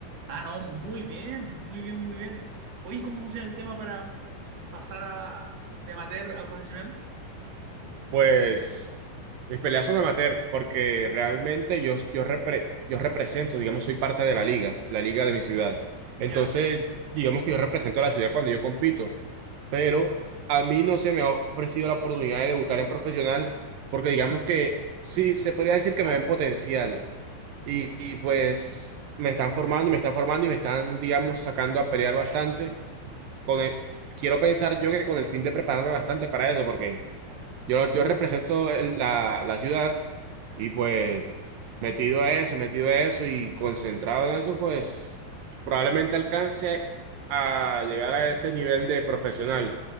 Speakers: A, on the right; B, on the right.
A: Ah, no, muy bien, muy bien, muy bien. Oye, ¿cómo funciona el tema para pasar a, de amateur a profesional?
B: Pues mis peleas son amateur porque realmente yo, yo, repre- yo represento, digamos, soy parte de la liga, la liga de mi ciudad.
A: ¿Ya?
B: Entonces, digamos que yo represento a la ciudad cuando yo compito, pero a mí no se me ha ofrecido la oportunidad de debutar en profesional porque digamos que sí se podría decir que me ven potencial y, y pues me están formando y me están formando y me están, digamos, sacando a pelear bastante. Con el- quiero pensar yo que con el fin de prepararme bastante para eso porque... Yo, yo represento el- la, la ciudad y pues metido a eso y metido a eso y concentrado en eso, pues probablemente alcance a llegar a ese nivel de profesional,